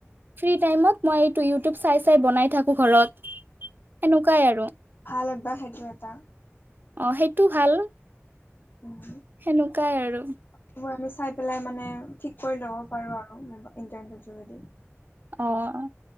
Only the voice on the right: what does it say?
ফ্ৰী টাইমত মই এইটো ইউটিউব চাই চাই বনাই থাকো ঘৰত, সেনেকুৱাই আৰু
অ', সেইটো ভাল।
সেনেকুৱাই আৰু।
অ',